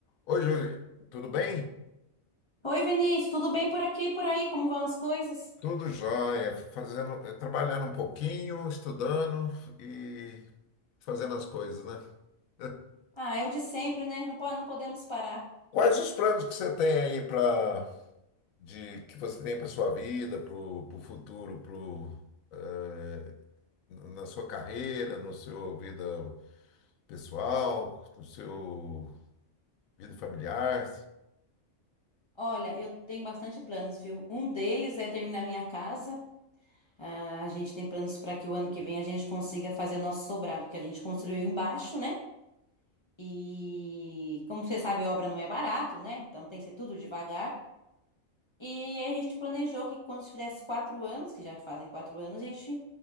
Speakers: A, on the left; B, on the left.
A: Oi, Júlia, tudo bem?
B: Oi, Vinícius, tudo bem por aqui e por aí? Como vão as coisas?
A: Tudo jóia, fazendo, trabalhando um pouquinho, estudando e fazendo as coisas, né? <laughs>
B: Ah, é o de sempre, né? Não, po- não podemos parar.
A: Quais os planos que você tem aí para de que você tem para sua vida, para o futuro, pro, eh, na sua carreira, no seu vida pessoal, no seu vida familiar?
B: Olha, eu tenho bastante planos, viu? Um deles é terminar minha casa. Ah, A gente tem planos para que o ano que vem a gente consiga fazer o nosso sobrado, que a gente construiu embaixo, né? E como você sabe, obra não é barato, né? Então tem que ser tudo devagar. E aí a gente planejou que quando tivesse quatro anos, que já fazem quatro anos, a gente